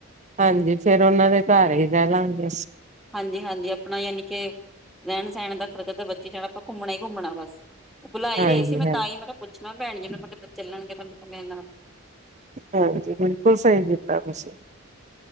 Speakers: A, on the right; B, in the centre.
A: ਹਾਂਜੀ ਫਿਰ ਉਹਨਾਂ ਦੇ ਘਰ ਹੀ ਰਹਿ ਲਾਂਗੇ ਬਸ
B: ਹਾਂਜੀ ਹਾਂਜੀ ਆਪਣਾ ਯਾਨੀ ਕਿ ਰਹਿਣ ਸਹਿਣ ਦਾ ਖਰਚਾ ਤਾਂ ਬੱਚੇ ਜਾਣਾ ਆਪਾਂ ਘੁੰਮਣਾ ਹੀ ਘੁੰਮਣਾ ਬਸ ਬੁਲਾਈ
A: ਹਾਂਜੀ
B: ਰਹੇ ਸੀ ਮੈਂ
A: ਹਾਂਜੀ।
B: ਤਾਂਈ ਮੈਂ ਕਿਹਾ ਪੁੱਛਾ ਨਾ ਭੈਣਜੀ ਮੈਂ ਕਿਹਾ ਕਿਤੇ ਚੱਲਣਗੇ ਪਰ ਮੇਰੇ ਨਾਲ
A: ਹਾਂਜੀ ਬਿਲਕੁਲ ਸਹੀ ਕੀਤਾ ਤੁਸੀਂ